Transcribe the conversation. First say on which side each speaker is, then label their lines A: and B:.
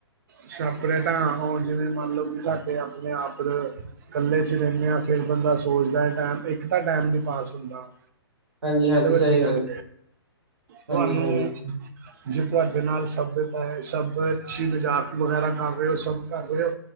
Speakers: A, on the right; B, on the right.
A: ਸਪਰੇਟਾਂ ਹੋ ਜਿਵੇਂ ਮੰਨਲਓ ਕਿ ਸਾਡੇ ਆਪਣੇ -ਆਪ ਇਕੱਲੇ ਚ ਰਹਿੰਦੇ ਆ ਫਿਰ ਬੰਦਾ ਸੋਚਦਾ ਟਾਈਮ ਇੱਕ ਤਾਂ ਟਾਈਮ ਨੀ ਪਾਸ ਹੁੰਦਾ।
B: ਹਾਂਜੀ ਹਾਂਜੀ
A: ਵਡੀ
B: ਸਹੀ
A: ਗੱਲ ਤੁਹਾਨੂੰ,
B: ਹਾਂਜੀ ਹਾਂਜੀ
A: ਜੇ ਤੁਹਾਡੇ ਨਾਲ ਸੱਭਿਅਤਾ ਹੈ ਸਭ ਅਸੀ ਮਜ਼ਾਕ ਵਗੈਰਾ ਕਰ ਰਹੇ ਹੋ ਸਭ ਕਰ ਰਹੇ ਹੋ।